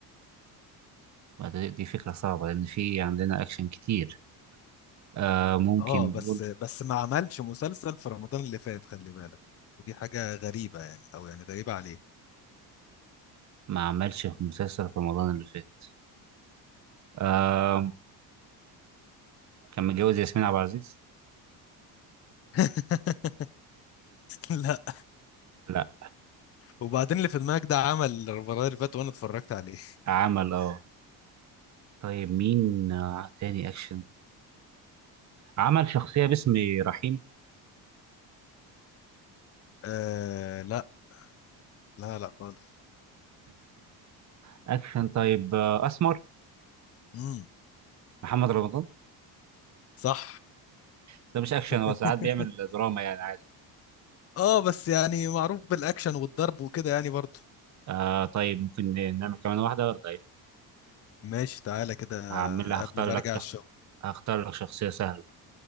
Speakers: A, on the right; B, on the left.
A: دي دي فكرة صعبة لأن في عندنا أكشن كتير آه، ممكن
B: اه
A: نقول
B: بس بس ما عملش مسلسل في رمضان اللي فات خلي بالك ودي حاجة غريبة يعني او يعني غريبة عليه
A: ما عملش في مسلسل في رمضان اللي فات آه كان متجوز ياسمين عبد العزيز
B: <laughs> لا
A: لا
B: وبعدين اللي في دماغك ده عمل المره اللي فاتت وانا اتفرجت عليه
A: عمل اه طيب مين آه تاني اكشن عمل شخصية باسم رحيم
B: آه لا لا لا خالص
A: اكشن اكشن طيب آه اسمر
B: امم
A: محمد رمضان
B: صح
A: بس ده مش اكشن هو
B: <laughs>
A: ساعات بيعمل دراما يعني عادي
B: اه بس يعني معروف بالاكشن والضرب وكده يعني برضه
A: آه طيب ممكن نعمل كمان واحدة ولا ايه
B: ماشي تعالى كده
A: هعمل هختار
B: قبل ما
A: لك
B: ارجع
A: شخص
B: الشغل
A: هختار لك شخصية سهلة